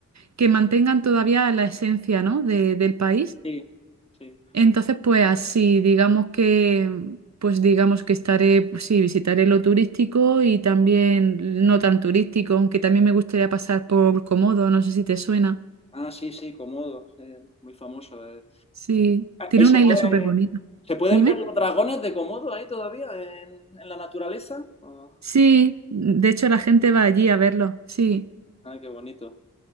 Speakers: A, on the right (about 65°); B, on the left (about 20°).
A: que mantengan todavía la esencia, ¿no? de- del país.
B: Sí, sí.
A: Entonces, pues así, digamos que, pues digamos que estaré, pues sí, visitaré lo turístico y también no tan turístico, aunque también me gustaría pasar por Komodo, no sé si te suena.
B: Ah, sí, sí, Komodo, sí, muy famoso. eh.
A: Sí, tiene
B: Ahí se
A: una
B: puede
A: isla súper bonita.
B: ¿Se pueden
A: Dime.
B: ver los dragones de Komodo ahí todavía en, en la naturaleza? Oh,
A: Sí, de hecho la gente va allí a verlo, sí.
B: ay, qué bonito.